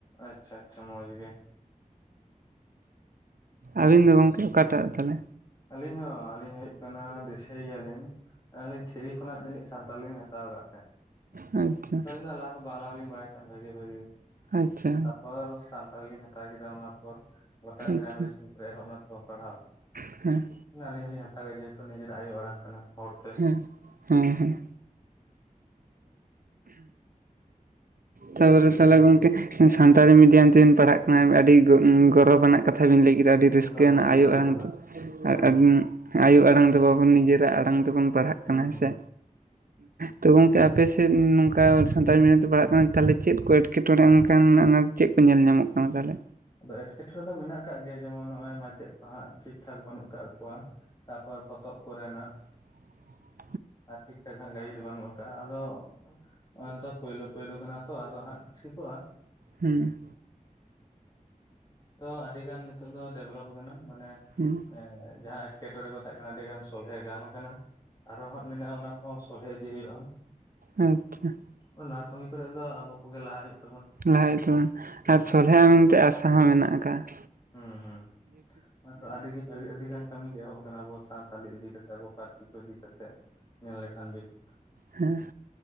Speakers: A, on the left; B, on the right.
A: ᱟᱪᱪᱷᱟ ᱟᱪᱪᱷᱟ ᱢᱚᱡᱽ ᱜᱮ᱾
B: ᱟᱹᱵᱤᱱ ᱫᱚ ᱜᱚᱢᱠᱮ ᱚᱠᱟᱴᱟᱜ ᱛᱟᱦᱚᱞᱮ?
A: ᱟᱹᱞᱤᱧ ᱦᱚᱸ ᱟᱹᱞᱤᱧ ᱦᱩᱭᱩᱜ ᱠᱟᱱᱟ ᱫᱤᱥᱟᱹᱭ ᱜᱮᱭᱟᱞᱤᱧ ᱟᱹᱞᱤᱧ ᱛᱷᱤᱨᱤ ᱠᱷᱚᱱᱟᱜ ᱡᱟᱹᱱᱤᱡ ᱥᱟᱱᱛᱟᱞᱤ ᱞᱤᱧ ᱦᱟᱛᱟᱣ ᱟᱠᱟᱜᱼᱟ᱾
B: ᱟᱪᱪᱷᱟ
A: ᱟᱹᱞᱤᱧ ᱫᱚ ᱞᱟᱦᱟ ᱠᱷᱚᱱ ᱵᱟᱝᱞᱟ ᱦᱚᱸᱞᱤᱧ ᱵᱟᱲᱟᱭ ᱛᱟᱸᱦᱮᱫ ᱵᱷᱟᱹᱜᱮ ᱵᱷᱟᱹᱜᱮ,
B: ᱟᱪᱪᱷᱟ
A: ᱛᱟᱯᱚᱨ ᱥᱟᱱᱛᱟᱲᱤ ᱞᱤᱧ ᱦᱟᱛᱟᱣ ᱠᱮᱫᱟ ᱚᱱᱟ ᱯᱚᱨ ᱜᱚᱴᱟ ᱯᱨᱟᱭᱢᱟᱨᱤ
B: ᱟᱪᱪᱷᱟ
A: ᱤᱥᱠᱩᱞ ᱠᱚᱨᱮ ᱮᱦᱚᱵ ᱱᱟᱛᱚ ᱯᱟᱲᱦᱟᱣ,
B: ᱦᱮᱸ
A: ᱟᱹᱞᱤᱧ ᱦᱚᱸᱞᱤᱧ ᱦᱟᱛᱟᱣ ᱜᱮ ᱡᱮᱦᱮᱛᱩ ᱱᱤᱡᱮᱨᱟᱜ ᱟᱭᱳ ᱟᱲᱟᱝ ᱠᱟᱱᱟ ᱦᱚᱲ ᱛᱮ
B: ᱦᱩᱸ ᱦᱩᱸ ᱛᱟᱯᱚᱨᱮ
A: ᱵᱩᱡᱷᱟᱹᱣ
B: ᱛᱟᱦᱚᱞᱮ ᱜᱚᱝᱠᱮ ᱥᱟᱱᱛᱟᱲᱤ ᱢᱤᱰᱤᱭᱟᱢ ᱛᱮᱵᱤᱱ ᱯᱟᱲᱦᱟᱜ ᱠᱟᱱᱟ ᱟᱹᱰᱤ ᱜᱚ ᱩᱸ ᱜᱚᱨᱚᱵᱽ ᱟᱱᱟᱜ ᱠᱟᱛᱷᱟ ᱵᱤᱱ ᱞᱟᱹᱭ ᱠᱮᱫᱟ ᱟᱹᱰᱤ
A: ᱮᱠᱫᱚᱢ
B: ᱨᱟᱹᱥᱠᱟᱹ ᱟᱱᱟᱜ
A: ᱟᱹᱰᱤ
B: ᱟᱭᱳ
A: ᱜᱚᱨᱚᱵᱽ
B: ᱟᱲᱟᱝ
A: ᱟᱱᱟᱜ
B: ᱛᱮ ᱟᱨ
A: ᱦᱮᱸ
B: ᱟᱹᱰᱤ ᱟᱭᱳ ᱟᱲᱟᱝ ᱫᱚ ᱵᱟᱵᱚᱱ ᱱᱤᱡᱮᱨᱟᱜ ᱟᱲᱟᱝ ᱛᱮᱵᱚᱱ ᱯᱟᱲᱦᱟᱜ
A: ᱦᱩᱸ
B: ᱠᱟᱱᱟ ᱦᱮᱸ
A: ᱦᱩᱸ
B: ᱥᱮ? ᱛᱚ ᱜᱚᱝᱠᱮ ᱟᱯᱮ ᱥᱮᱫ ᱱᱚᱝᱠᱟ ᱥᱟᱱᱛᱟᱲᱤ ᱢᱤᱰᱤᱭᱟᱢ ᱛᱮ ᱯᱟᱲᱦᱟᱜ ᱠᱟᱱᱟ ᱛᱟᱦᱚᱞᱮ ᱪᱮᱫ ᱠᱚ ᱮᱴᱠᱮᱴᱚᱲᱮ ᱚᱱᱠᱟᱱ ᱟᱱᱟᱴ ᱪᱮᱫ ᱠᱚ ᱧᱮᱞ ᱧᱟᱢᱚᱜ ᱠᱟᱱᱟ ᱛᱟᱦᱚᱞᱮ?
A: ᱟᱫᱚ ᱮᱸᱴᱠᱮᱴᱚᱲᱮ ᱫᱚ ᱢᱮᱱᱟᱜ ᱟᱠᱟᱫ ᱜᱮᱭᱟ ᱡᱮᱢᱚᱱ ᱱᱚᱜ-ᱚᱚᱭ ᱢᱟᱪᱮᱫ ᱠᱚ ᱦᱟᱸᱜ ᱴᱷᱤᱠ ᱴᱷᱟᱠ ᱵᱟᱹᱱᱩᱜ ᱠᱟᱜ ᱠᱚᱣᱟ᱾ ᱛᱟᱨᱯᱚᱨ ᱯᱚᱛᱚᱵ ᱠᱚᱨᱮᱱᱟᱜ
B: <inaudible>
A: ᱟᱨ ᱴᱷᱤᱠ <unintelligible> ᱜᱟᱭᱤᱰ ᱵᱟᱹᱱᱩᱜ ᱟᱠᱟᱫ-ᱟ, ᱟᱫᱚ ᱚᱱᱟᱫᱚ ᱯᱳᱭᱞᱳ ᱯᱳᱭᱞᱳ ᱠᱟᱱᱟ ᱛᱚ ᱟᱫᱚ ᱦᱟᱸᱜ ᱴᱷᱤᱠᱚᱜ-ᱟ᱾
B: ᱦᱩᱸ
A: ᱛᱚ ᱟᱹᱰᱤ ᱜᱟᱱ ᱱᱤᱛᱳᱜ ᱫᱚ ᱰᱮᱵᱷᱞᱚᱯ ᱠᱟᱱᱟ ᱢᱟᱱᱮ
B: ᱦᱩᱸ
A: ᱮᱸ ᱡᱟᱦᱟᱸ ᱮᱸᱴᱠᱮᱴᱚᱲᱮ ᱠᱚ ᱛᱟᱦᱮᱜ ᱠᱟᱱᱟ ᱟᱹᱰᱤ ᱜᱟᱱ ᱥᱚᱞᱦᱮ ᱜᱟᱱ ᱟᱠᱟᱱᱟ, ᱟᱨᱚ ᱦᱟᱸᱜ ᱢᱮᱱᱟᱜᱼᱟ ᱚᱱᱟ ᱦᱚᱸ ᱥᱚᱞᱦᱮ ᱤᱫᱤ ᱦᱳᱭᱳᱜᱼᱟ᱾
B: ᱟᱪᱪᱷᱟ
A: ᱚᱱᱟ ᱠᱟᱹᱢᱤ ᱠᱚᱨᱮ ᱫᱚ ᱟᱵᱚ ᱠᱚᱜᱮ ᱞᱟᱦᱟ ᱦᱳᱭᱳᱜ
B: ᱦᱳᱭᱛᱚ ᱟᱨ ᱥᱚᱞᱦᱮᱜᱼᱟ ᱢᱮᱱᱛᱮ ᱟᱥᱟ ᱦᱚᱸ ᱢᱮᱱᱟᱜ ᱠᱟᱜᱼᱟ᱾
A: ᱦᱩᱸ ᱦᱩᱸ ᱦᱚᱸᱜᱚᱭ ᱛᱚ ᱟᱹᱰᱤ ᱟᱹᱰᱤᱜ ᱟᱹᱰᱤ ᱜᱟᱱ ᱠᱟᱹᱢᱤ ᱜᱮ ᱮᱦᱚᱵ ᱠᱟᱱᱟ ᱟᱵᱚ ᱥᱟᱱᱛᱟᱞᱤ ᱤᱫᱤ ᱠᱟᱛᱮ ᱟᱵᱚ ᱯᱟᱹᱨᱥᱤ ᱠᱚ ᱤᱫᱤ ᱠᱟᱛᱮ ᱧᱮᱞ ᱞᱮᱠᱷᱟᱱ ᱵᱤᱱ
B: ᱦᱮᱸ